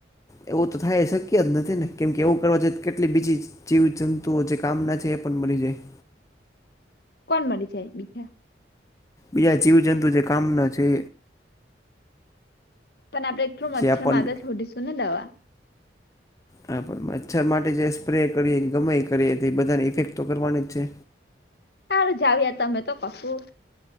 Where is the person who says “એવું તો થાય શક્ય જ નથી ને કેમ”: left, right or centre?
Left